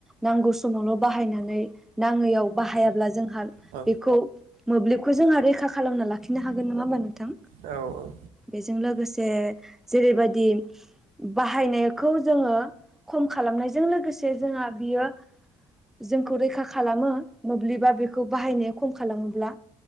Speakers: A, in the centre; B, on the right.
A: नांगौ समावल बाहाय। नाङैयाव बाहायाब्ला जोंहा
B: औ
A: बेखौ मोब्लिबखौ जोंहा रैखा खालामना लाखिनो हागोन नङा होमबा नोंथां
B: औ औ औ
A: बेजों लोगोसे जेरैबायदि बाहायनाया। खौ जोङो खम खालामनायजों लोगोसे जोंहा बियो जोंखौ रैखा। खालामो मोब्लिबा बेखौ बाहायनाया खम खालामोब्ला।